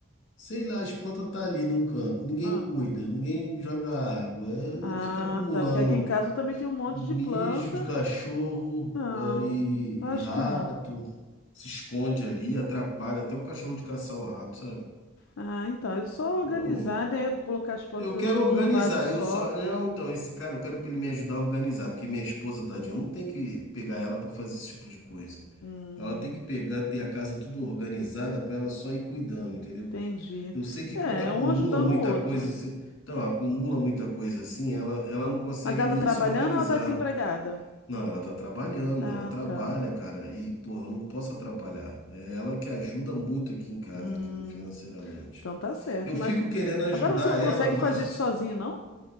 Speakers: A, on the left (about 65°); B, on the left (about 85°).
A: Sei lá, as plantas tá ali num canto, ninguém
B: Ah,
A: cuida, ninguém joga água,
B: ah,
A: eh, fica acumulando
B: tá. Porque aqui em casa eu também tem um monte
A: mijo
B: de planta.
A: de cachorro
B: Não,
A: eh, e,
B: acho
A: e rato,
B: que não.
A: se esconde ali, atrapalha até o cachorro de caçar o rato, sabe?
B: Ah, então, é só organizar,
A: Eu
B: né? Colocar as plantas
A: eu quero
B: tudo
A: organizar,
B: num vaso só.
A: eu só. Não, então, esse cara, eu quero pra ele me ajudar a organizar, porque minha esposa, tadinha, eu não tem que pegar ela pra fazer esse tipo de coisa.
B: Hum,
A: Ela tem que pegar, ter a casa tudo organizada pra ela só ir cuidando, entendeu?
B: entendi.
A: Eu sei que
B: É,
A: quando acumula
B: é um ajudando
A: muita
B: o outro.
A: coisa assim, então, acumula muita coisa assim, ela, ela não consegue
B: Mas ela
A: nem
B: tá trabalhando
A: se organizar.
B: ou ela tá desempregada?
A: Não, ela tá trabalhando,
B: Ah,
A: ela trabalha,
B: tá.
A: cara, e, porra, eu não posso atrapalhar. É ela que ajuda muito aqui em casa,
B: Hum,
A: entendeu? Financeiramente.
B: então tá certo.
A: Eu
B: Mas
A: fico querendo ajudar
B: agora você não consegue
A: ela, mas.
B: fazer isso sozinho, não?